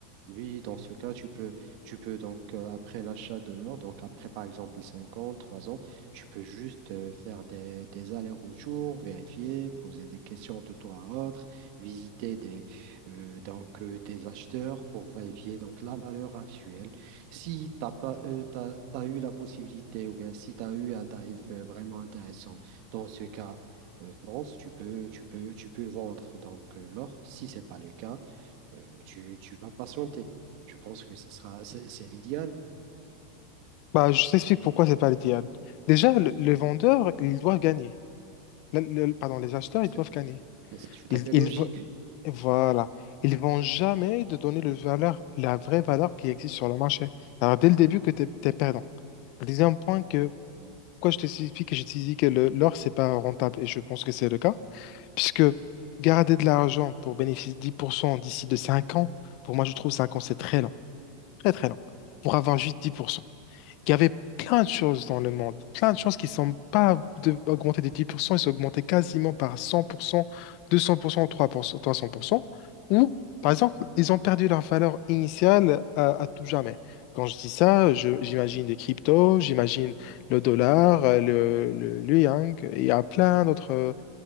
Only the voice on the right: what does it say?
oui, dans ce cas, tu peux, tu peux donc, euh, après l'achat de l'or, donc après, par exemple, 5 ans, 3 ans, tu peux juste euh, faire des, des allers-retours, vérifier, poser des questions de toi à autre, visiter des, euh, donc, euh, des acheteurs pour vérifier donc, la valeur actuelle. Si tu n'as pas, euh, t'as- t'as eu la possibilité ou bien si tu as eu un tarif euh, vraiment intéressant, dans ce cas, euh, France, tu peux, tu peux, tu peux vendre donc euh, l'or. Si ce n'est pas le cas, euh, tu, tu vas patienter. Je pense que ce sera, c'est c'est l'idéal.
C'est
c'est tout à
fait
logique.